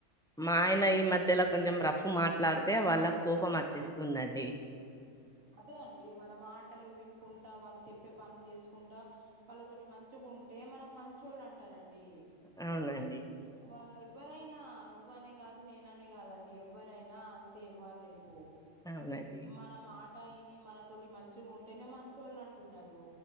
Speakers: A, in the centre; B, on the right.
A: మా ఆయన ఈ మధ్యలో కొంచెం రఫ్ మాట్లాడితే వాళ్ళక్ కోపం వచ్చేస్తుందండి
B: అదే అండి వాళ్ళ మాటలు వినుకుంటా వాళ్ళు చెప్పే పనులు చేసుకుంటా వాళ్ళతోటి మంచిగుంటే మనకు మంచోళ్ళు అంటారండి
A: అవునండి
B: వాళ్ళు ఎవ్వరైనా నువ్వనే కాదు నేననే కాదండి ఎవ్వరైనా అంతే ఇవ్వరు రేపు
A: అవునండి
B: మన మాట అయిని మనతోటి మంచిగుంటేనే మంచోళ్ళు అంటున్నారు